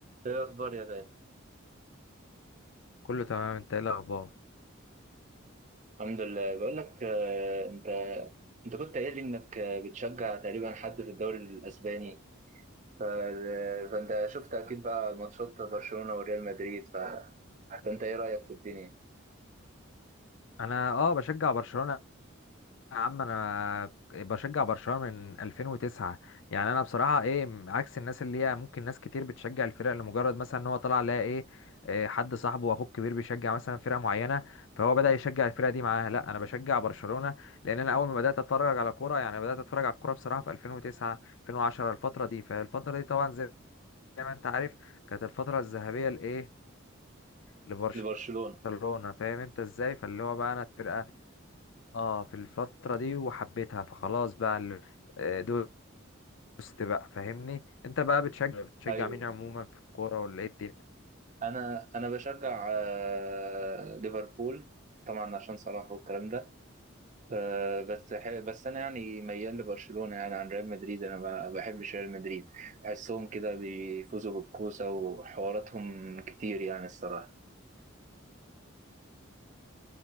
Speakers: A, on the right; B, on the left.
A: ايه الاخبار يا غالي
B: كله تمام انت ايه الاخبار
A: الحمد لله بقول لك آه، انت انت كنت قايل لي انك آه، بتشجع تقريبا حد في الدوري الاسباني ف... آه، فانت شفت اكيد بقى ماتشات برشلونة وريال مدريد ف... فانت ايه رايك في الدنيا
B: انا اه بشجع برشلونة يا عم انا بشجع برشلونة من 2009 يعني انا بصراحة ايه م- عكس الناس اللي هي ممكن ناس كتير بتشجع الفرق لمجرد مثلا ان هو طلع لها ايه إيه، حد صاحبه واخوه الكبير بيشجع مثلا فرقة معينة فهو بدأ يشجع الفرقة دي معاها لا انا بشجع برشلونة لان انا اول ما بدأت اتفرج على كورة يعني بدأت اتفرج على الكورة بصراحة في 2009 2010 الفترة دي فالفترة دي طبعا زي زي ما انت عارف كانت الفترة الذهبية لايه لبرشلونة
A: لبرشلونة
B: فاهم انت ازاي فاللي هو بقى انا الفرقة اه في الفترة دي وحبيتها فخلاص بقى ال- آه، دوست بقى فاهمني انت بقى بتشجع بتشجع
A: ايوه
B: مين عموما في الكورة ولا ايه الدنيا
A: انا انا بشجع آه، ليفربول طبعا عشان صلاح والكلام ده آه، بس ح- بس انا يعني ميال لبرشلونه يعني عن ريال مدريد انا ما بحبش ريال مدريد بحسهم كده بيفوزوا بالكوسه وحواراتهم كتير يعني الصراحه